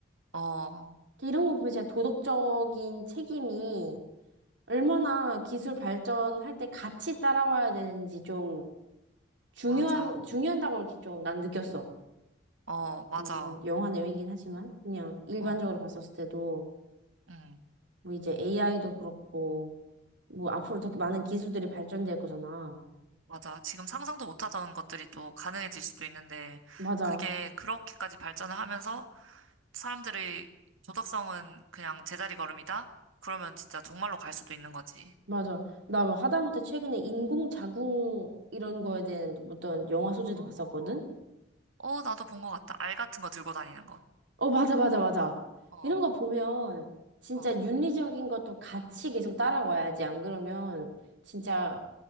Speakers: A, on the right; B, on the right.
A: 어,
B: 이런 거 보면 진짜 도덕적인 책임이 얼마나 기술 발전할 때 같이 따라와야 되는지 좀 중요한,
A: 맞아.
B: 중요한다고 이렇게 좀 난 느꼈어.
A: 어, 맞아.
B: 뭐, 영화 내용이긴 하지만, 그냥 일반적으로
A: 어,
B: 봤었을 때도,
A: 응,
B: 뭐 이제 AI도 그렇고, 뭐 앞으로 더 많은 기술들이 발전될 거잖아.
A: 맞아. 지금 상상도 못하던 것들이 또 가능해질 수도 있는데,
B: 맞아.
A: 그게 그렇게까지 발전을 하면서 사람들의 도덕성은 그냥 제자리 걸음이다? 그러면 진짜 정말로 갈 수도 있는 거지.
B: 맞아. 나 뭐 하다못해 최근에 인공자궁 이런 거에 대한 어떤 영화 소재도
A: 어,
B: 봤었거든?
A: 어, 나도 본 것 같다. 알 같은 거 들고 다니는 거.
B: 어, 맞아, 맞아, 맞아.
A: 어,
B: 이런 거 보면 진짜
A: 어.
B: 윤리적인 것도 같이 계속 따라와야지. 안 그러면 진짜